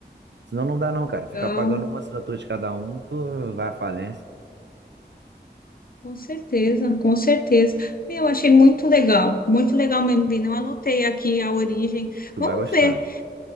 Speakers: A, on the right; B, on the left.
A: Senão não dá não, cara.
B: legal.
A: Ficar pagando uma assinatura de cada um, tu vai à falência,
B: Com certeza, com certeza. Meu, achei muito legal, muito legal mesmo, Vini. Eu anotei aqui a origem.
A: tu
B: Vamos
A: vai gostar.
B: ver.